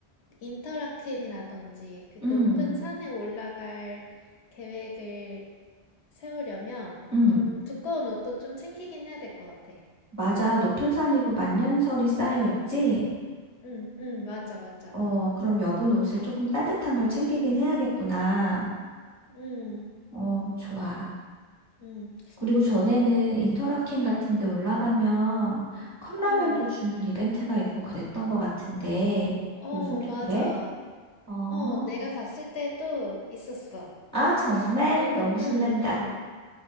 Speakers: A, on the left; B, on the right.
A: 인터라켄이라든지 그
B: 응,
A: 높은 산에 올라갈 계획을 세우려면
B: 응.
A: 좀 두꺼운 옷도 좀 챙기긴 해야 될 것 같아.
B: 맞아. 높은 산이고 만년설이
A: 음.
B: 쌓여 있지?
A: 음. 음. 맞아, 맞아.
B: 어, 그럼 여분 옷을 조금 따뜻한 걸 챙기긴
A: 음.
B: 해야겠구나.
A: 음.
B: 어, 좋아.
A: 음.
B: 그리고 전에는 인터라켄 같은 데 올라가면 컵라면도
A: 음.
B: 주는 이벤트가 있고 그랬던 것 같은데
A: 어,
B: 요즘도
A: 맞아.
B: 그래? 어,
A: 어, 내가 갔을 때도 있었어.
B: 아, 정말
A: 그,
B: 너무
A: 음,
B: 신난다.
A: 음.